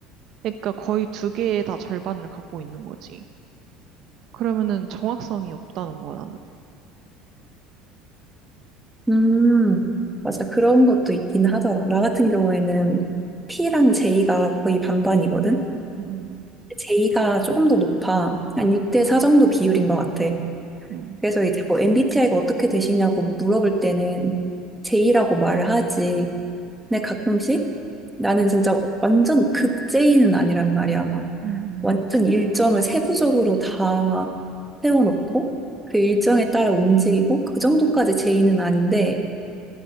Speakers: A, on the right; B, in the centre.
A: 그러니까 거의 두 개의 다 절반을 갖고 있는 거지. 그러면은 정확성이 없다는 거야, 나는.
B: 음, 맞아. 그런 것도 있긴 하더라. 나 같은 경우에는 P랑 J가 거의 반반이거든?
A: 음,
B: J가 조금 더 높아. 한 6대 4 정도 비율인 것 같아.
A: 음,
B: 그래서 이제 뭐 MBTI가 어떻게 되시냐고 물어볼 때는 J라고 말을 하지. 근데 가끔씩 나는 진짜 완전 극 J는 아니란 말이야. 막
A: 음, 음,
B: 완전 일정을 세부적으로 다 세워놓고 그 일정에 따라 움직이고 그 정도까지 J는 아닌데